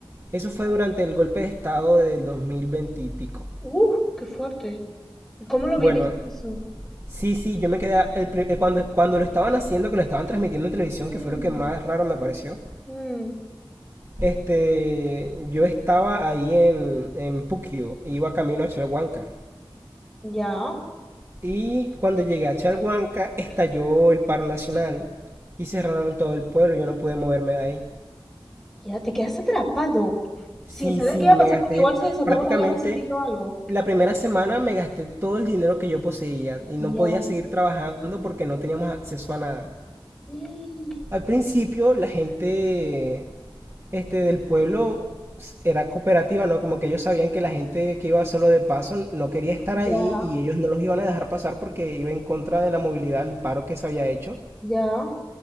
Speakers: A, on the right; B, in the centre.
A: Eso fue durante el golpe de estado del 2020 y pico.
B: Uf, qué fuerte. ¿Cómo lo
A: Bueno,
B: viviste eso?
A: Sí, sí, yo me quedé el pri- eh, cuando, cuando lo estaban haciendo, que lo estaban transmitiendo en televisión,
B: Mm,
A: que fue lo que más raro me pareció.
B: mm,
A: Este, yo estaba ahí en, en Puquio, iba camino a Chalhuanca.
B: ya.
A: Y cuando llegué a Chalhuanca, estalló el paro nacional y cerraron todo el pueblo, yo no pude moverme de ahí.
B: Ya te quedaste atrapado. Sin
A: Sí,
B: saber
A: sí,
B: qué iba a
A: me
B: pasar
A: gasté
B: porque igual se desataba
A: prácticamente
B: una guerra civil o algo.
A: la primera semana me gasté todo el dinero que yo poseía y
B: Ya.
A: no podía seguir trabajando porque no teníamos acceso a nada.
B: Mm,
A: Al principio la gente este, del pueblo era cooperativa, ¿no? Como que ellos sabían que la gente que iba solo de paso no quería estar
B: Ya,
A: ahí y ellos no los iban a dejar pasar porque iba en contra de la movilidad, el paro que se había hecho.
B: ya,